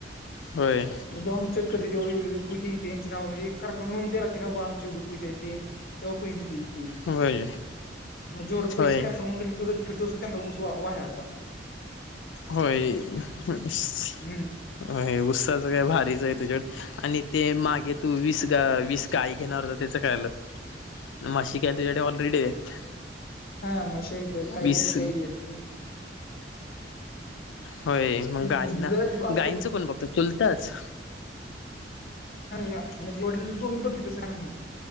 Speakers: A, on the left; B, on the left.
A: होय
B: मुद्दाम चेक क तेवुकुती त्यां नाव म्हणजे कारखान्याला नोंद द्या लागते ना आमचीवडुकुथ ती तेव्हा पैसे देतीत,
A: होय
B: मग जेवढं पैसे
A: होय
B: कारखाना होऊन गेले तेवढं फिटतोसर वह्याचा
A: होय. अ
B: हम्म
A: उत्साच काय भारीच आहे तुझ्याकड आणि ते मागे तू वीस वीस काय घेणार त्याच कायलं म्हशी काय तुझ्याकडे ऑलरेडी आहेत.
B: हा. म्हशी आहेत गाय
A: वीस
B: लई आहेत.
A: होय मग गायना
B: जरा आपलं
A: गायंचं कोण बघत चुलतच?
B: आणि म्हणजे वडील दोघ बघित तसं काय नाही.